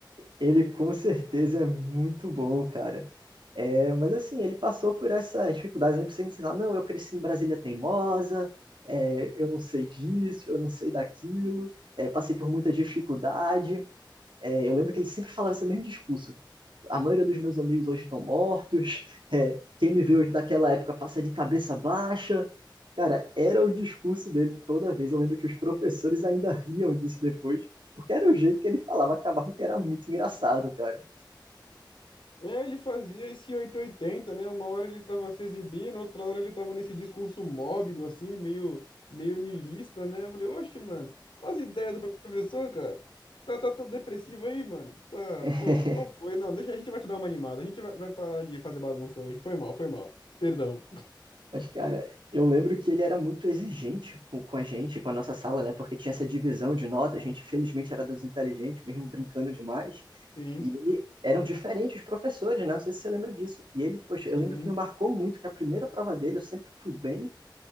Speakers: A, on the right; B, on the left.
A: ele com certeza é muito bom, cara. É, mas assim, ele passou por essas dificuldades. Ele precisa ensinar, não, eu cresci em Brasília teimosa, é, eu não sei disso, eu não sei daquilo, é, passei por muita dificuldade. É, eu lembro que ele sempre falava esse mesmo discurso. a maioria dos meus amigos hoje estão mortos, <laughs> é, quem me vê hoje daquela época passa de cabeça baixa. Cara, era o discurso dele toda vez. Eu lembro que os professores ainda riam disso depois, porque era o jeito que ele falava, acabava que era muito engraçado, cara.
B: É, ele fazia esse oito ou oitenta né? Uma hora ele tava se exibindo, outra hora ele tava nesse discurso mórbido, assim, meio, meio niilista, né? Eu falei, oxe, mano, olha as ideias do professor, cara. Tá, tá todo depressivo aí, mano. Tá,
A: <laughs>
B: pô, qual foi? Não, deixa, a gente vai te dar uma animada. A gente vai, vai parar de fazer bagunça hoje. Foi mal, foi mal. Perdão.
A: Mas, cara, eu lembro que ele era muito exigente com, com a gente, com a nossa sala, né? Porque tinha essa divisão de nota, a gente felizmente era dos inteligentes, mesmo brincando demais.
B: Sim,
A: E ele eram diferentes os professores, né? Não sei se você lembra disso. E ele, poxa,
B: sim.
A: eu lembro que me marcou muito que a primeira prova dele eu sempre fui bem